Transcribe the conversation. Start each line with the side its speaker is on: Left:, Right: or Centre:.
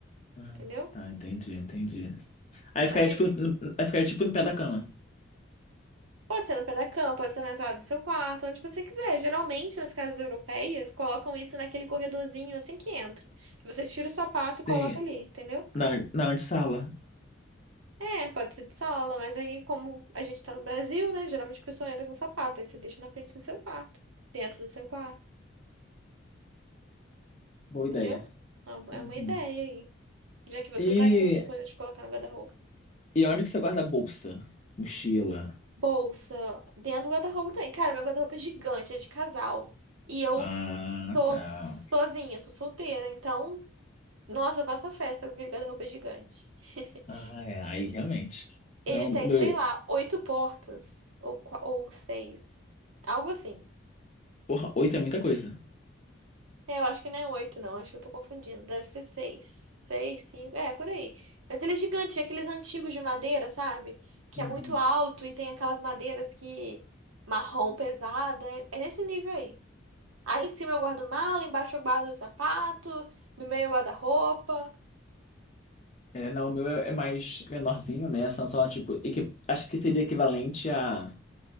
Left: Ah,
Right: Entendeu?
Left: tá, entendi, entendi. Aí ficaria
Right: É, me-
Left: tipo, no, aí ficaria tipo no pé da cama.
Right: Pode ser no pé da cama, pode ser na entrada do seu quarto, onde você quiser. Geralmente, nas casas europeias, colocam isso naquele corredorzinho assim que entra. Que você tira o sapato
Left: Sim,
Right: e coloca ali, entendeu?
Left: na, na antessala.
Right: É, pode ser de sala, mas aí, como a gente tá no Brasil, né? Geralmente a pessoa entra com sapato, aí você deixa na frente do seu quarto, dentro do seu quarto,
Left: Boa
Right: entendeu?
Left: ideia.
Right: É uma
Left: Uhum.
Right: é uma ideia aí. Já que você
Left: E,
Right: tá com coisa de colocar no guarda-roupa.
Left: e onde que você guarda a bolsa? Mochila.
Right: Bolsa, dentro do guarda-roupa também. Cara, meu guarda-roupa é gigante, é de casal. E eu
Left: Ah,
Right: tô
Left: tá.
Right: sozinha, tô solteira, então. Nossa, eu faço a festa com aquele guarda-roupa gigante. <laughs>
Left: Ah, é, aí realmente.
Right: Ele
Left: Não,
Right: tem,
Left: o meu,
Right: sei lá, oito portas. Ou, qua- ou seis. Algo assim.
Left: porra, oito é muita coisa.
Right: É, eu acho que não é oito, não. Acho que eu tô confundindo. Deve ser seis. Seis, cinco. É, por aí. Mas ele é gigante. É aqueles antigos de madeira, sabe? Que
Left: Uhum.
Right: é muito alto e tem aquelas madeiras que... Marrom pesada. É, é nesse nível aí. Aí em cima eu guardo mala, embaixo eu guardo o sapato, no meio eu guardo a roupa.
Left: É, não, o meu é é mais menorzinho, né? São só, tipo, equi- acho que seria equivalente a